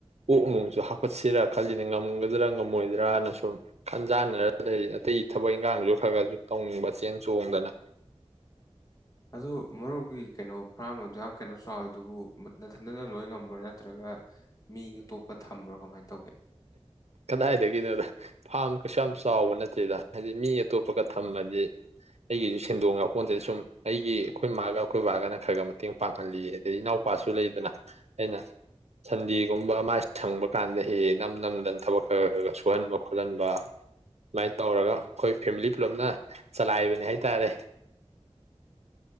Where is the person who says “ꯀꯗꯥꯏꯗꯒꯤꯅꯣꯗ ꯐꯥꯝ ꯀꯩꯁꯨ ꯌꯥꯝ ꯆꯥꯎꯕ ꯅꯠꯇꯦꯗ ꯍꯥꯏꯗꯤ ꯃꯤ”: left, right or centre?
Right